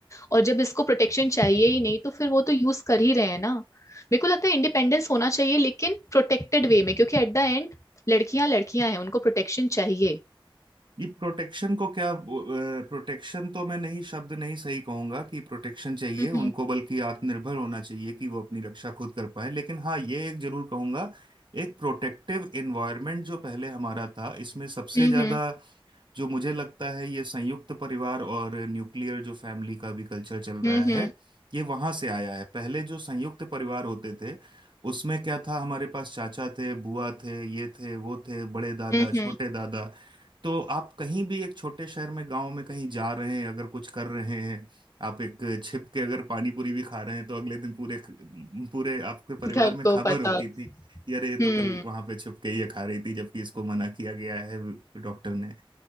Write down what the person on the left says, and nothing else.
और जब इसको प्रोटेक्शन चाहिए ही नहीं तो फिर वो तो यूज कर ही रहे हैं ना मेरे को लगता है इंडिपेंडेंस होना चाहिए लेकिन प्रोटेक्टेड वे में क्योंकि एट द एंड लड़कियां लड़कियां हैं उनको प्रोटेक्शन चाहिए
हम्म
हम्म
हम्म
हम्म
हम्म
घर
को
पता
होता
हम्म